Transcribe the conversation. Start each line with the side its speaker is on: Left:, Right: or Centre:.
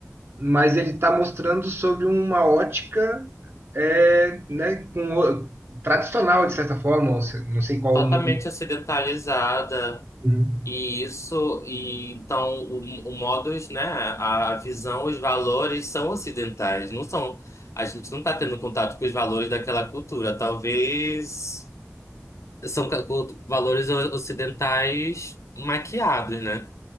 Right: mas ele está mostrando sobre uma ótica é, né, com o- tradicional, de certa forma, ou se- não sei qual
Left: totalmente
Right: o nome.
Left: ocidentalizada.
Right: Hum,
Left: E isso, e então o, o modus, né, a visão, os valores são ocidentais, não são. A gente não está tendo contato com os valores daquela cultura, talvez São ca- o- valores o- ocidentais maquiados, né?